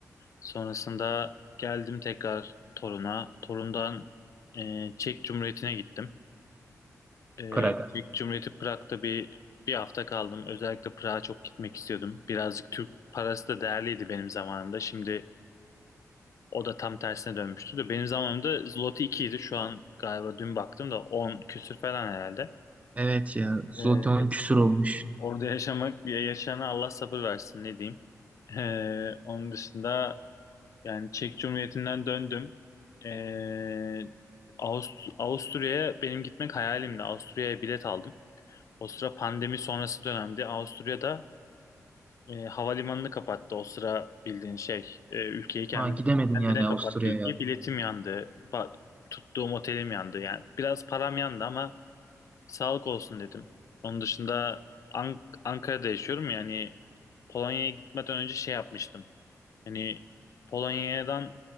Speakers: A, on the left; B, on the right.
A: Sonrasında geldim tekrar Torun'a. Torun'dan e, Çek Cumhuriyeti'ne gittim. E,
B: Praga.
A: Çek Cumhuriyeti Prag'da bir bir hafta kaldım. Özellikle Prag'a çok gitmek istiyordum. Birazcık Türk parası da değerliydi benim zamanımda. Şimdi O da tam tersine dönmüştü de benim zamanımda Zloty 2 idi. Şu an galiba dün baktım da 10 küsür falan herhalde.
B: Evet ya. Zloty
A: Ee,
B: 10 küsur olmuş.
A: orada yaşamak bir yaşayana Allah sabır versin ne diyeyim. Ee, onun dışında yani Çek Cumhuriyeti'nden döndüm. Ee, Avust Avusturya'ya benim gitmek hayalimdi. Avusturya'ya bilet aldım. O sıra pandemi sonrası dönemdi. Avusturya'da e, havalimanını kapattı o sıra bildiğin şey. E, ülkeyi kendine,
B: Ha gidemedin
A: kendine
B: yani
A: kapattı
B: Avusturya'ya.
A: ülkeyi. Biletim yandı. Ba- tuttuğum otelim yandı. Yani biraz param yandı ama sağlık olsun dedim. Onun dışında An- Ankara'da yaşıyorum yani Polonya'ya gitmeden önce şey yapmıştım. Yani Polonya'dan